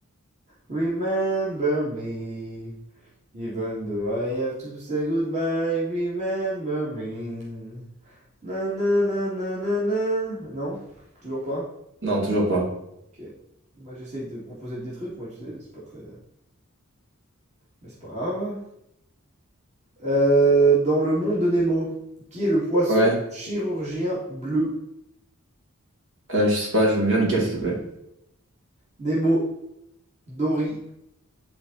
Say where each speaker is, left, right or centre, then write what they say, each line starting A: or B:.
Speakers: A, on the right (about 30°); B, on the right (about 60°).
A: Remember me. Even though I have to say goodbye, remember me. Na na na na na na. Non? Toujours pas?
B: Non, toujours pas.
A: Ok. Moi j'essaye de proposer des trucs, moi tu sais, c'est pas très. Mais c'est pas grave. Euh, dans le monde de Nemo, qui est le poisson
B: Ouais.
A: chirurgien bleu?
B: Euh, je sais pas, je veux bien les quatre, s'il te plaît.
A: Nemo, Dory,